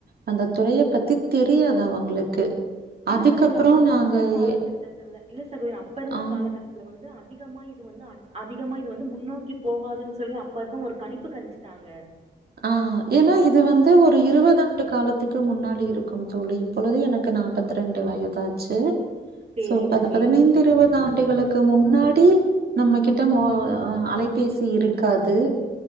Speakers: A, on the right; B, on the right.
A: அந்த துறைய பத்தி தெரியாது அவங்களுக்கு
B: இல்ல
A: அதுக்கப்புறம்
B: சகோதரி அப்ப
A: நாங்க
B: இருந்த காலகட்டத்துல
A: எ
B: இல்ல சகோதரி அப்ப இருந்த
A: ஆம்.
B: காலகட்டத் துல வந்து அதிகமா இது வந்து அத் அதிகமா இது வந்து முன்னோக்கி போகாதுன்னு சொல்லி அப்பருக்கவங்க ஒரு கணிப்பு கணிச்சு டாங்க
A: ஆ ஏன்னா இது வந்து ஒரு இருவது ஆண்டு காலத் த்துக்கு முன்னாடி இருக்கும் தோழி இப்பொழுது எனக்கு நாப்பத்ரெண்டு வயதாச்சு
B: சேரிங்க
A: சோ பது
B: சேரிங்க
A: பதினைந்து
B: சகோதரி
A: இருபது ஆண்டுகளுக் கு முன்னாடி நம்ம கிட்ட மொ அ அலைபேசி இருக்காது